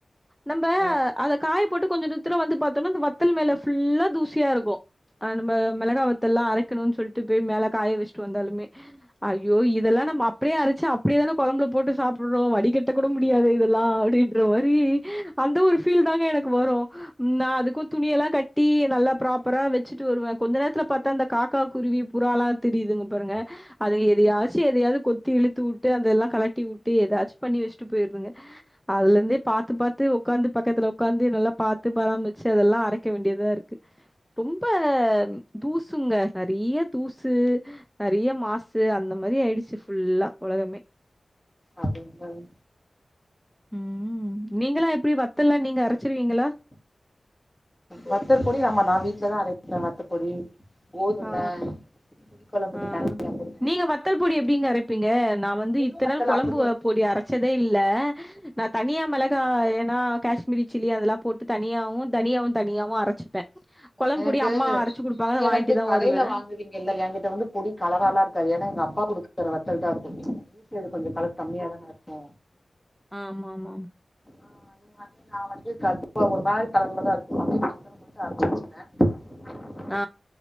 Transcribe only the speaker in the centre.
நம்ப
அத காய போட்டு கொஞ்ச தூத்துல வந்து பாத்தொன்னா இந்த வத்தல் மேல ஃபுல்லா தூசியா இருக்கு அ நம்ப மெளகா வத்தல்லா அரைக்கணு சொல்ட்டு போய் மேல காய வெஸ்ட்டு வந்தாலுமே ஐயோ இதல்லா நம்ம அப்படே அரச்சா அப்படியே தான கொழம்புல போட்டு சாப்பட்றோ வடிகட்ட கூட முடியாது இதல்லா அப்டின்ற மாரி அந்த ஒரு ஃபீல் தாங்க எனக்கு வரு நா அதுக்கு துணியல்லா கட்டி நல்லா ப்ராப்பரா வெச்சுட்டு வருவ கொஞ்ச நேர த்துல பாத்தா இந்த காக்கா குருவி புறலா திரியிதுங்க பாருங்க அது எதயாச்சு எதயாது கொத் திழுத்தூட்டு அதல்லா கலட்டிவூட்டு எதாச்சு பண்ணி வெஸ்ட்டு போயிருதுங்க அதுல இருந்தே பாத்து பாத்து ஒக்காந்து பக்கத்துல ஒக்காந்து நல்லா பாத்து பராம்பரிச்சு அதல்லா அரைக்க வேண்டியதா இருக்கு ரொம்ப தூசுங்க நறைய தூசு நறைய மாசு அந்த மாரி ஆயிடுச்சு ஃபுல்லா உலகமே
ம் நீங்களா எப்படி வத்தல்லா நீங்க அரச்சிருவீங்களா
ஆ
ஆ
நீங்க வத்தல் பொடி எப்டிங்க அரப்பிங்க நா வந்து
இத்தன்
நாள் குழம்புவ
பொடி அர ச்சதே இல்ல நா தனியா மெளகா ஏன்னா கேஷ்மீரி சில்லி அதல்லா போட் டு தனியாவு தனியாவு தனியாவு அரச்சிப்பே கொழம்பு
பொடி அம்மா அரச்சு குடுப்பாங்க
அத வாங்கிட்டு
தா
வருவே
ஆம்மாம்மாம்மா
ஆ